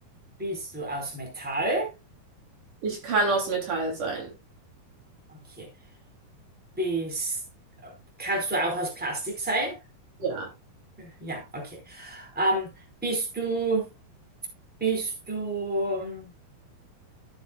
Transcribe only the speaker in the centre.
Bist du aus Metall?
Okay. Bist, kannst du auch aus Plastik sein?
Ja, okay. Ähm, bist du, bist du,